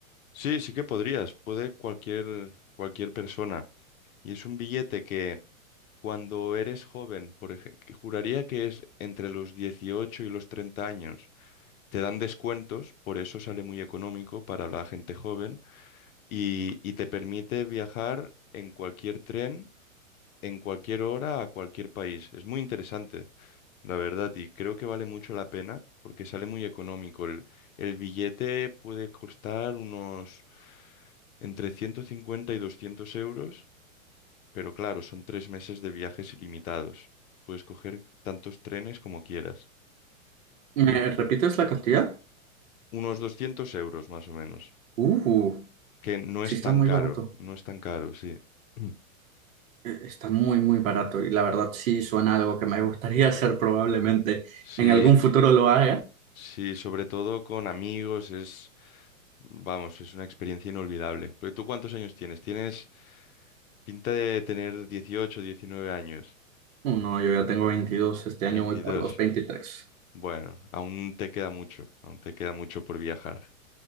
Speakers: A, on the left; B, on the right.
A: Sí, sí que podrías, puede cualquier, cualquier persona. Y es un billete que Cuando eres joven, por ejemplo, juraría que es entre los 18 y los 30 años. Te dan descuentos, por eso sale muy económico para la gente joven y, y te permite viajar en cualquier tren, en cualquier hora, a cualquier país. Es muy interesante, la verdad, y creo que vale mucho la pena porque sale muy económico. El, el billete puede costar unos entre 150 y 200 euros pero claro, son tres meses de viajes ilimitados. Puedes coger tantos trenes como quieras.
B: ¿Me repites la cantidad?
A: Unos doscientos euros más o menos.
B: Uh,
A: Que no
B: sí
A: es
B: está
A: tan
B: muy
A: caro,
B: barato.
A: no es tan caro, sí. Mm.
B: Eh, Está muy, muy barato y la verdad sí suena algo que me gustaría <laughs> hacer probablemente
A: Sí,
B: en algún futuro lo haga.
A: sí, sobre todo con amigos es, vamos, es una experiencia inolvidable. Pero ¿tú cuántos años tienes? Tienes pinta de tener dieciocho, diecinueve años,
B: Oh, No, yo ya tengo veintidós este
A: Veintidós.
B: año voy para los veintitrés
A: Bueno, aún te queda mucho, aún te queda mucho por viajar.